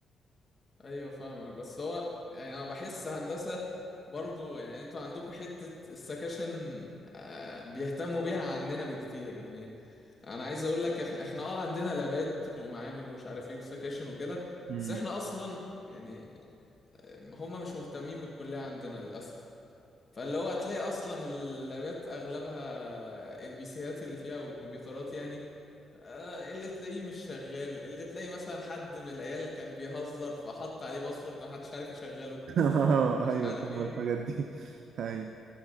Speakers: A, on the left (about 35°); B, on the right (about 75°).
A: ايوه فاهمك بس هو يعني انا بحس هندسه برضو يعني انتوا عندكم حته السكاشن آه، بيهتموا بيها عننا بكتير يعني انا عايز اقول لك إح- احنا اه عندنا لابات ومعامل ومش عارف ايه وسكاشن وكده
B: امم
A: بس احنا اصلا يعني هم مش مهتمين بالكليه عندنا للاسف فاللي هو هتلاقي اصلا اللابات اغلبها البي سيات اللي فيها والكمبيوترات يعني آه، اللي تلاقيه مش شغال اللي تلاقيه مثلا حد من العيال كان بيهزر فحط عليه باسورد محدش عارف يشغله
B: <laughs> آه،
A: مش
B: ايوه
A: عارف
B: فاهم
A: ايه
B: الحاجات دي ايوه